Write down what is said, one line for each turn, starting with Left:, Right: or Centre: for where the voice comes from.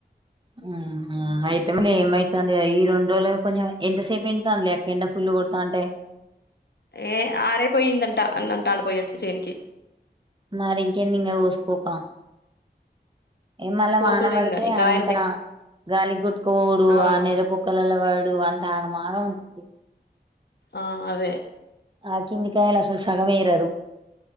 Right: ఉ ఊమ్ అయితే మళ్ళీ ఎమైతంది ఈ రెండు రోజులు కొంచం ఎంతసేపు ఏంటాంలె అక్క్ ఎండ ఫుల్ పూడ్ కొడ్తాంటే
Left: ఏ ఆరేపోయిందంట అన్న అంటాండు పోయొచ్చీ చేనుకి.
Right: మరింక ఏంది ఇంకా కోస్కోక. ఏ మళ్ళా
Left: కోసుడే
Right: వాన పడ్తే
Left: ఇంగా ఈ
Right: అంతా
Left: కాయల దగ్
Right: గాలి గోట్కపోవుడు
Left: ఆ
Right: ఆహ్ నెరపోక్కలలా. వాడు అంత ఆగం ఆగం ఉంటది.
Left: ఆహ్ అదే.
Right: ఆహ్ కిందికాయలు అసలు సగంమే ఏరరు.